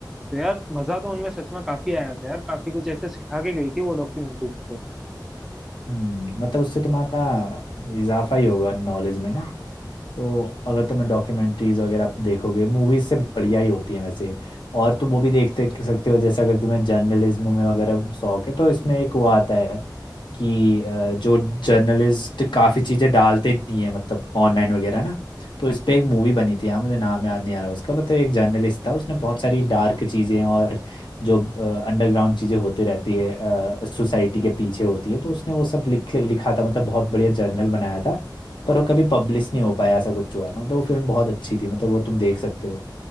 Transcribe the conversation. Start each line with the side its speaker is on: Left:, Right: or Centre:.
Centre: तो यार मजा तो उनमें सच में काफी आया था यार काफी कुछ ऐसे सिखा के गई थी वो डॉक्यूमेंट्री मेरे को
Left: हम्म मतलब उससे तुम्हारा इजाफा ही होगा नॉलेज में ना तो अगर तुम्हें डॉक्यूमेंट्रीज वगैरह आप देखोगे मूवीज से बढ़िया ही होती है वैसे और तुम वो भी देख देख सकते हो जैसे अगर तुम्हें जर्नलिज्म में वगैरह शौक है तो इसमें एक वो आता है कि अ, जो जर्नलिस्ट काफ़ी चीज़ें डालते नहीं है मतलब ऑनलाइन वगैरह ना तो इस पे एक मूवी बनी थी यार मुझे नाम याद नहीं आ रहा उसका बट एक जर्नलिस्ट था उसने बहुत सारी डार्क चीज़ें और जो अंडरग्राउंड चीज़ें होती रहती है सोसाइटी के पीछे होती है तो उसने वो सब लिख लिखा था मतलब बहुत बढ़िया जर्नल बनाया था पर वो कभी पब्लिश नहीं हो पाया ऐसा कुछ हुआ था मतलब वो फिल्म बहुत अच्छी थी मतलब वो तुम देख सकते हो